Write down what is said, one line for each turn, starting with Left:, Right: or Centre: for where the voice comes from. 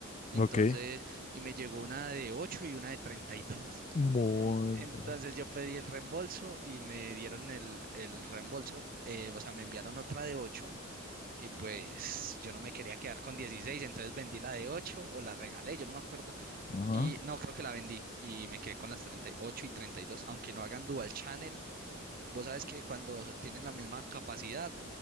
Right: Entonces,
Left: ok.
Right: y me llegó una de 8 y una de 32.
Left: Moda.
Right: Entonces yo pedí el reembolso y me dieron el, el reembolso, eh, o sea, me enviaron otra de 8 y pues yo no me quería quedar con 16, entonces vendí la de 8 o la regalé, yo no me acuerdo.
Left: Ajá.
Right: Y no, creo que la vendí y me quedé con las 38 y ocho y treinta y dos, aunque no hagan dual channel. Vos sabes que cuando tienen la misma capacidad,